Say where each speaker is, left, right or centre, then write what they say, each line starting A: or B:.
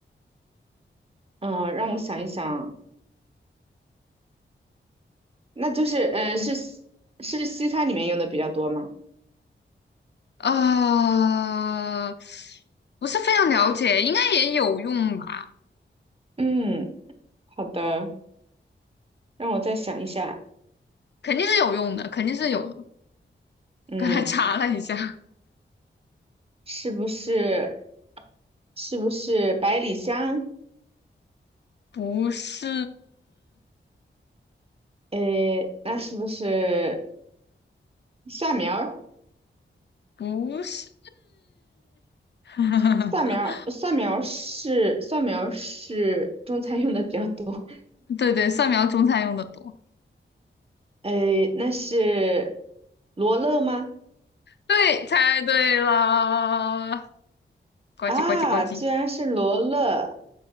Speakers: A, on the right; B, on the left.
A: 嗯，让我想一想，那就是呃，是西是西餐里面用的比较多吗？
B: 嗯啊，不是非常了解，应该也有用吧？
A: 嗯，好的，让我再想一下。
B: 肯定是有用的，肯定是有的
A: 嗯，
B: 刚才查了一下，
A: 是不是是不是百里香？
B: 不是，
A: 诶，那是不是蒜苗儿？
B: 不是，<laughs>
A: 蒜苗儿，蒜苗儿是蒜苗儿是中餐用的比较多。
B: 对对，蒜苗中餐用的多。
A: 诶，那是罗勒吗？
B: 对，猜对了，呱唧呱唧呱唧。
A: 啊，居然是罗勒。